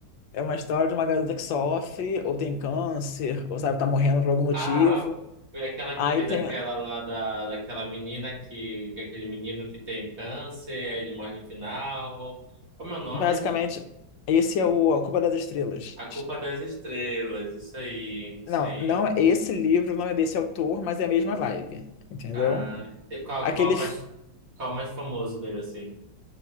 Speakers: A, on the left; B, on the right.
A: é uma história de uma garota que sofre, ou tem câncer, ou sabe, tá morrendo por algum motivo.
B: Ah, foi aquela
A: Aí
B: que fez
A: tem,
B: aquela lá da, daquela menina que, aquele menino que tem câncer, aí ele morre no final. Como é o nome?
A: basicamente, esse é o A Culpa das Estrelas.
B: A Culpa das Estrelas, isso aí, isso
A: Não,
B: aí.
A: não, esse livro não é desse autor, mas é a mesma vibe, entendeu?
B: Ah, e qual,
A: Aquele,
B: qual é
A: f-
B: mais, qual é mais famoso dele, assim?